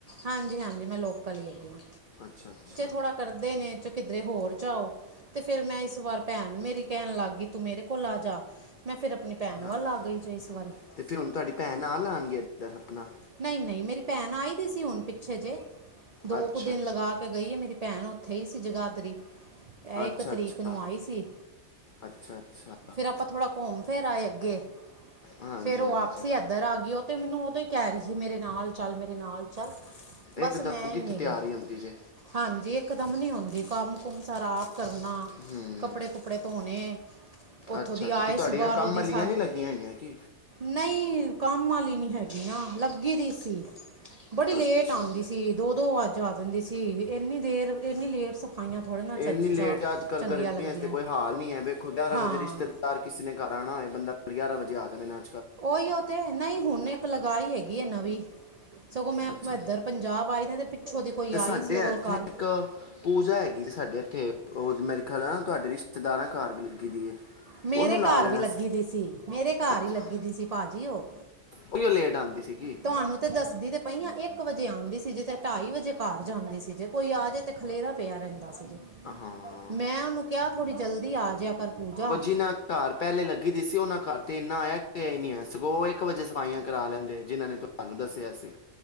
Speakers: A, on the right; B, on the left.
A: ਹਾਂਜੀ-ਹਾਂਜੀ ਮੈਂ ਲੋਕਲ ਈ ਹੈਗੀ ਆਂ।
B: ਅੱਛਾ-ਅੱਛਾ।
A: ਥੋੜਾ ਕਰਦੇ ਨੇ ਚ ਕਿਦਰੇ ਹੋਰ ਜਾਓ। ਤੇ ਫਿਰ ਮੈਂ ਇਸ ਵਾਰ ਭੈਣ ਮੇਰੀ ਕੈਣ ਲਾਗੀ ਤੂੰ ਮੇਰੇ ਕੋਲ ਆ ਜਾ ਮੈਂ ਫਿਰ ਆਪਣੀ ਭੈਨ
B: ਹਾਂਜੀ
A: ਵੱਲ ਆ ਗਈ ਜੇ ਇਸ ਵਾਰੀ।
B: ਤੇ ਫਿਰ ਹੁਣ ਤੁਆਡੀ ਭੈਣ ਨਾਲ ਆਣ ਗੇ ਏਦਰ ਆਪਣਾ।
A: ਨਈਂ-ਨਈਂ ਮੇਰੀ ਭੈਣ ਆਈ ਦੀ ਸੀ ਹੁਣ ਪਿੱਛੇ ਜੇ, ਦੋ
B: ਅੱਛਾ
A: ਕੁ ਦਿਨ ਲਗਾ ਕੇ ਗਈ ਐ ਮੇਰੀ ਭੈਣ ਉੱਥੇ ਈ ਸੀ ਜਗਾਦਰੀ। ਏਹ
B: ਅੱਛਾ ਅੱਛਾ
A: ਇੱਕ ਤਰੀਕ
B: ਅੱਛਾ
A: ਨੂੰ ਆਈ ਸੀ,
B: ਅੱਛਾ ਅੱਛਾ
A: ਫੇਰ ਆਪਾਂ ਥੋੜਾ ਘੁੰਮ ਫਿਰ ਆਏ ਅੱਗੇ,
B: ਹਾਂਜੀ
A: ਫੇਰ ਓ
B: ਹਾਂਜੀ
A: ਆਪਸੀ ਏਧਰ ਆ ਗਈ ਓ ਤੇ ਮੈਨੂੰ ਓਦੋਂ ਈ ਕਹਿ ਰਹੀ ਸੀ ਮੇਰੇ ਨਾਲ ਚੱਲ- ਮੇਰੇ ਨਾਲ ਚੱਲ ਬਸ
B: ਇੱਕਦਮ
A: ਮੈਂ
B: ਕਿੱਥੇ
A: ਹੀ ਨਹੀਂ
B: ਤਿਆਰੀ
A: ਗਈ।
B: ਹੁੰਦੀ ਜੇ
A: ਹਾਂਜੀ ਇਕ ਦਮ ਨੀ ਹੁੰਦੀ ਕੰਮ- ਕੁਮ ਸਰਾਬ ਕਰਨਾ।
B: ਹੂੰ
A: ਕੱਪੜੇ- ਕੁਪੜੇ ਧੋਣੇ ਉੱਥੋਂ
B: ਅੱਛਾ
A: ਦੀ
B: ਅੱਛਾ
A: ਆਏ
B: ਤੇ ਤੁਹਾਡੀਆਂ
A: ਸੀ ਬਾਹਰੋਂ
B: ਕੰਮ
A: ਦੀ
B: ਵਾਲੀਆਂ
A: ਸਾਰ-
B: ਨਹੀਂ ਲੱਗੀਆਂ ਹੋਈਆਂ ਕੀ
A: ਨਹੀਂ ਕੰਮ ਵਾਲੀ ਨਹੀਂ ਹੈਗੀ ਨਾ, ਲੱਗੀ ਦੀ ਸੀ। ਬੜੀ ਲੇਟ
B: ਅੱਛਾ
A: ਆਉਂਦੀ ਸੀ ਦੋ- ਦੋ ਵੱਜ ਆ ਦਿੰਦੀ ਸੀ ਇੰਨੀ ਦੇਰ ਇੰਨੀ ਲੇਟ ਸ- ਖਾਈਆਂ ਥੋੜੀ ਨਾ- ਚੱਜ
B: ਇੰਨੀ ਲੇਟ
A: ਚਾ
B: ਹੈ ਅੱਜ ਕੱਲ
A: ਚੰਗੀਆਂ
B: ਗਰਮੀਆਂ
A: ਲੱਗਦੀਆਂ
B: ਤੇ ਕੋਈ
A: ਨੇ
B: ਹਾਲ ਨੀ ਹੈ ਵੇਖੋ ਗਿਆਰਾਂ
A: ਹਾਂ
B: ਵਜੇ ਰਿਸ਼ਤੇ, ਗਰ ਕਿਸੇ ਨੇ ਘਰ ਆਉਣਾ ਹੋਏ ਬੰਦਾ ਗਿਆਰਾਂ ਵਜੇ ਆ ਜਾਂਦੇ ਨਾਲ,
A: ਓਹੀ ਉਹ ਤੇ ਨਹੀਂ ਹੁਣ ਇੱਕ ਲਗਾਈ ਹੈਗੀ ਹੈ ਨਵੀਂ। ਸਗੋਂ ਮੈਂ
B: ਅੱਛਾ
A: ਇੱਧਰ ਪੰਜਾਬ ਆਈ ਸੀ ਤੇ ਪਿੱਛੋਂ ਦੀ ਕੋਈ
B: ਤੇ ਸਾਡੇ
A: ਆਈ ਸੀ ਹੋ
B: ਇੱਥੇ
A: ਘਰ।
B: ਇੱਕ ਪੂਜਾ ਹੈਗੀ ਜੀ ਸਾਡੇ ਇੱਥੇ ਉਹ ਮੇਰੇ ਖਿਆਲ ਨਾ ਤੁਹਾਡੇ ਰਿਸ਼ਤੇਦਾਰਾਂ ਘਰ ਵੀ ਲੱਗੀ ਦੀ ਹੈ।
A: ਮੇਰੇ
B: ਉਹਨੂੰ
A: ਘਰ
B: ਲਾ ਲੈਣਾ
A: ਵੀ ਲੱਗੀ ਦੀ ਸੀ ਮੇਰੇ ਘਰ
B: ਅੱਛਾ
A: ਹੀ ਲੱਗੀ ਦੀ ਸੀ ਭਾਜੀ ਉਹ।
B: ਉਹ ਲੇਟ ਆਂਦੀ ਸੀਗੀ
A: ਤੁਹਾਨੂੰ ਤੇ ਦੱਸਦੀ ਤੇ ਪਹੀਆਂ ਇੱਕ ਵਜੇ ਆਉਂਦੀ ਸੀ ਜੇ ਤੇ ਅਢਾਈ ਵਜੇ ਘਰ ਜਾਂਦੀ ਸੀ, ਜੇ ਕੋਈ ਆ ਜੇ ਤੇ ਖਲੇਰਾ ਪਿਆ ਰਹਿੰਦਾ ਸੀ ਜੇ,
B: ਹਾਂ
A: ਮੈਂ ਉਹਨੂੰ ਕਿਹਾ ਥੋੜੀ ਜਲਦੀ ਆ ਜਿਆ ਕਰ ਪੂਜਾ।
B: ਜਿਨਾ ਘਰ ਪਹਿਲੇ ਲੱਗੀ ਦੀ ਸੀ, ਉਹਨਾਂ ਘਰ ਤੇ ਇੰਨਾ ਆਇਆ ਗਿਆ ਹੈ ਨੀ ਆ ਸਗੋਂ ਇੱਕ ਇੱਕ ਵਜੇ ਸਫਾਈਆਂ ਕਰਾ ਲੈਂਦੇ, ਜਿਨਾਂ ਨੇ ਤੁਹਾਨੂੰ ਦੱਸਿਆ ਸੀ।